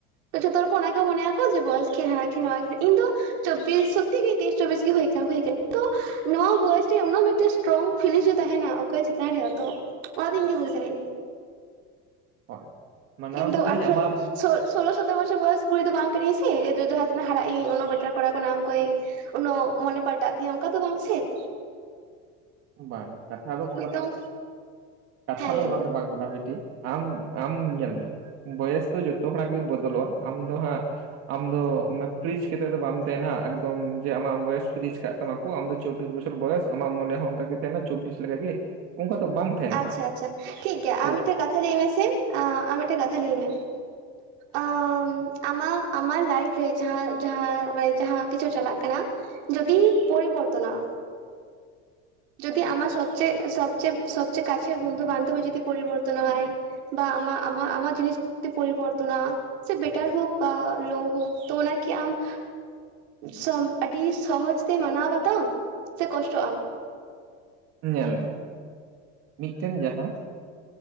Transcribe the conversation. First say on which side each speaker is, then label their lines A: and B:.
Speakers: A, on the right (about 75°); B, on the right (about 45°).
A: ᱛᱚ ᱡᱷᱚᱛᱚ ᱦᱚᱲ ᱠᱚ ᱚᱱᱟᱜᱮ ᱠᱚ ᱢᱚᱱᱮᱭᱟ ᱠᱚ ᱡᱮ ᱵᱚᱭᱚᱥ ᱜᱮ ᱦᱟ ᱜᱮ ᱱᱚᱣᱟ ᱜᱮ, ᱤᱧ ᱫᱚ ᱪᱚᱵᱵᱤᱥ ᱥᱚᱛᱤ ᱜᱮ ᱛᱮᱭᱤᱥ ᱪᱵᱤᱥ ᱜᱮ ᱦᱩᱭ ᱠᱟ ᱦᱩᱭ ᱠᱟᱱ, ᱛᱚ ᱱᱚᱣᱟ ᱵᱚᱭᱮᱥ ᱨᱮ ᱩᱱᱟᱹᱜ ᱢᱤᱫᱴᱮᱱ ᱥᱴᱨᱚᱝ ᱯᱷᱤᱞᱝ ᱫᱚ ᱛᱟᱦᱮᱱᱟ ᱚᱠᱚᱭ ᱪᱮᱛᱟᱱ ᱨᱮ ᱛᱚ ᱚᱱᱟ ᱫᱚ ᱤᱧ ᱜᱮ ᱵᱩᱡᱽ ᱫᱟᱲᱮᱭᱟᱜ ᱟᱹᱧ,
B: ᱦᱳᱭ ᱢᱟᱱᱟᱣ
A: ᱤᱧ
B: ᱠᱤᱫᱟᱹᱧ
A: ᱫᱚ ᱟᱴᱷᱨᱚ
B: ᱟᱢᱟᱜ
A: ᱥᱳ ᱥᱳᱞᱳ ᱥᱚᱛᱳᱨ ᱵᱚᱪᱚᱨ ᱵᱚᱭᱮᱥ ᱠᱩᱲᱤ ᱫᱚ ᱵᱟᱝ ᱠᱟᱱᱟᱭᱧ ᱥᱮ ᱡ ᱡᱟᱦᱟᱸ ᱛᱤᱱᱟᱹ ᱦᱟᱨᱟᱜ ᱤᱧ ᱩᱱᱚᱜ ᱵᱮᱴᱟᱨ ᱠᱚᱲᱟ ᱠᱚ ᱱᱟᱢ ᱠᱚᱣᱟᱧ ᱾ ᱩᱱᱟᱜ ᱢᱚᱱᱮ ᱯᱟᱞᱴᱟᱜ ᱛᱤᱧ ᱚᱱᱠᱟ ᱛᱚ ᱵᱟᱝ ᱥᱮ ᱾
B: ᱵᱟᱝ, ᱠᱟᱛᱷᱟ ᱫᱚ ᱚᱱᱟ
A: ᱱᱤᱛᱚᱝ
B: ᱠᱟᱛᱷᱟ
A: ᱦᱮᱸ
B: ᱫᱚ
A: ᱞᱟᱹᱭ
B: ᱚᱱᱟ
A: ᱢᱮ
B: ᱫᱚ ᱵᱟᱝ ᱵᱤᱴᱤ ᱟᱢ, ᱟᱢ ᱧᱮᱞ ᱢᱮ ᱵᱚᱭᱮᱥ ᱫᱚ ᱡᱚᱛᱚ ᱦᱚᱲᱟᱜ ᱜᱮ ᱵᱚᱫᱚᱞᱚᱜᱼᱟ ᱟᱢ ᱫᱚ ᱦᱟᱸᱜ ᱟᱢ ᱫᱚ ᱯᱷᱤᱨᱤᱡ ᱠᱟᱛᱮᱼᱮᱫ ᱫᱚ ᱵᱟᱢ ᱛᱟᱦᱮᱱᱟ ᱮᱠᱫᱚᱢ ᱡᱮ ᱟᱢᱟᱜ ᱵᱚᱭᱮᱥ ᱯᱷᱨᱤᱡᱽ ᱠᱟᱜ ᱛᱟᱢᱟ ᱟᱢ ᱫᱚ ᱪᱚᱵᱵᱤᱥ ᱵᱚᱪᱷᱚᱨ ᱵᱚᱭᱚᱥ ᱟᱢᱟᱜ ᱢᱚᱱᱮ ᱦᱚᱸ ᱚᱱᱠ ᱜᱮ ᱛᱟᱦᱮᱱᱟ ᱪᱚᱵᱵᱤᱥ ᱞᱮᱠ ᱜᱮᱮ ᱚᱱᱠᱟ ᱫᱚ ᱵᱟᱝ- ᱛᱟᱦᱮᱱᱟ
A: ᱟᱪᱪᱷᱟ
B: ᱦᱟᱸᱜ
A: ᱟᱪᱪᱷᱟ ᱴᱷᱤᱠᱜᱮᱭᱟ
B: ᱛᱚ
A: ᱟᱢ ᱢᱤᱫᱴᱮᱡ ᱠᱟᱛᱷᱟ ᱞᱟᱹᱭ ᱢᱮᱥᱮ ᱟᱢ ᱢᱤᱫᱴᱮᱡ ᱠᱟᱛᱷᱟ ᱞᱟᱹᱭ ᱢᱮ ᱟᱸ ᱟᱢᱟᱜ, ᱟᱢᱟᱜ ᱞᱟᱭᱤᱯᱷ ᱨᱮ ᱡᱟᱦᱟᱸ ᱡᱟᱸᱦ ᱠᱤᱪᱷᱩ ᱪᱟᱞᱟᱜ ᱠᱟᱱᱟ ᱡᱚᱫᱤ ᱯᱚᱨᱤᱵᱚᱨᱛᱚᱱᱟᱜᱼᱟ ᱡᱩᱫᱤ ᱟᱢᱟᱜ ᱥᱚᱵᱪᱮ ᱥᱚᱵᱪ ᱥᱚᱵᱪᱮ ᱠᱟᱪᱮᱨ ᱵᱚᱱᱫᱩ ᱵᱟᱱᱫᱚᱵ ᱡᱚᱫᱤᱯᱚᱨᱤᱵᱚᱨᱛᱚᱱᱚᱜ ᱟᱭ ᱵᱟ ᱟᱢᱟᱜ ᱟᱢᱟᱜ ᱟᱢᱟᱜ ᱡᱤᱱᱤᱥ ᱡᱩᱫᱤ ᱯᱚᱨᱤᱵᱚᱨᱛᱚᱱᱟ ᱥᱮ ᱵᱮᱴᱟᱨ ᱦᱳᱠ ᱵᱟ ᱞᱳ ᱦᱳᱠ ᱛᱚ ᱚᱱᱟᱠᱤ ᱟᱢ-ᱼ ᱥᱚᱢ ᱟᱹᱰᱤ ᱥᱚᱦᱚᱡ ᱛᱮ ᱢᱟᱱᱟᱣ ᱵᱟᱛᱟᱣ ᱥᱮ ᱠᱚᱥᱴᱚᱜᱼᱟ?
B: ᱧᱮᱞ ᱢᱮ ᱢᱤᱫᱴᱮᱱ ᱡᱟᱦᱟᱸ